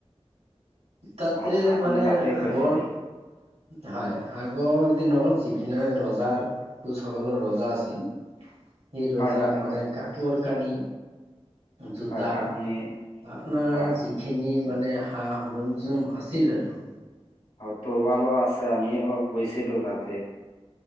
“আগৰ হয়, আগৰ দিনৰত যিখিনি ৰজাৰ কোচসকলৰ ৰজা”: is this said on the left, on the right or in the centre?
Right